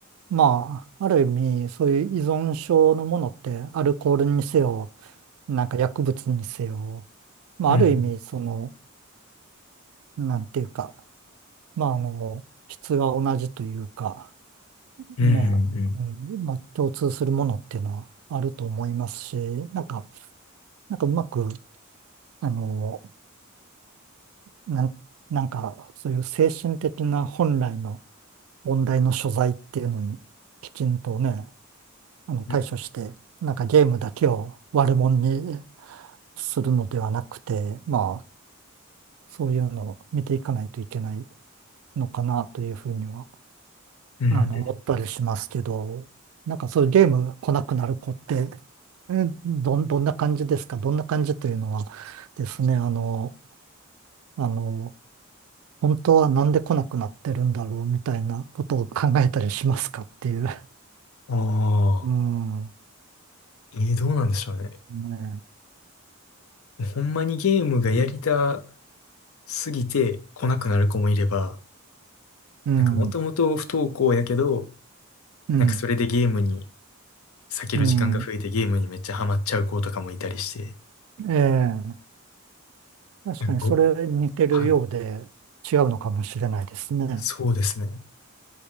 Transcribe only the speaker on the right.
まあ、ある意味、そういう依存症のものって、アルコールにせよ、なんか薬物にせよ、まあ、
ある意味、その、なんていうか、まあ、あの、質が同じというか、
ね、うん、まあ、共通するものっていうのはあると思いますし、なんか、なんかうまく、あの、なん、なんか、そういう精神的な本来の問題の所在っていうのに、きちんとね、あの対処して、
なんかゲームだけを悪者にするのではなくて、まあ、そういうのを見ていかないといけないのかなというふうには、
あの、思ったりしますけど、なんかそういうゲーム来なくなる子って、えどん、どんな感じですかどんな感じというのはですね、あの、あの、本当はなんで来なくなってるんだろうみたいなことを考えたりしますかっていう。
うん。
ね
え
うん。
うん。
うん。ええ。確かにそれ似てるようで違うのかもしれないですね。